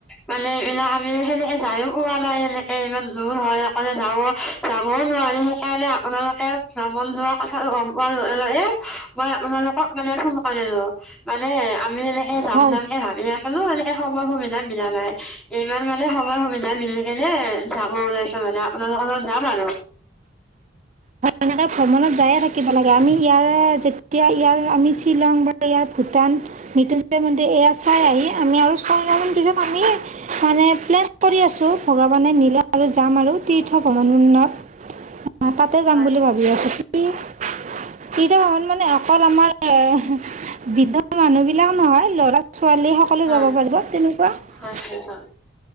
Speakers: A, in the centre; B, on the right.
A: মানে এইবিলাক আমি সেনেকে যায়ও পোৱা নাই এনে, এ ইমান দূৰ হয়, অকলে যাব যাবও নোৱাৰো সেইকাৰণে আপোনালোকেও ভ্ৰমণ যোৱা কথা গ'ম পোৱাৰ লগে-লগে মই আপোনালোকক মানে ফোন কৰিলো। মানে আমি মানে সেই
B: হয়
A: সিমানকে ভাৱি আছিলোঁ, এনেকে সময়ৰ সুবিধা মিলা নাই ইমান মানে সময়ৰ সুবিধা মিলি কেনে যাব ওলাইছোঁ মানে, আপোনালোকৰ লগত যাম আৰু।
B: এনেকা ভ্ৰমণত যায়ে থাকিব লাগে আমি ইয়াৰে যেতিয়া ইয়াৰ আমি শিলং বা ইয়াৰ ভূটান মিতুনজ‌য় মন্দিৰ এয়া চাই আহি আমি আৰু চয় মাহ মান পিছত আমি মানে প্লেন- কৰি আছোঁ ভগৱানে নিলে আৰু যাম আৰু তীৰ্থ ভ্ৰমণন্নত। অ', তাতে যাম
A: হয়
B: বুলি
A: হয়
B: ভাবি আছোঁ। কি <inaudible> বৃদ্ধৰ মানুহ বিলাক নহয়, লৰা-ছোৱালী সকলো যাব
A: হয়
B: পাৰিব তেনেকুৱা।
A: হয় হয় হয়।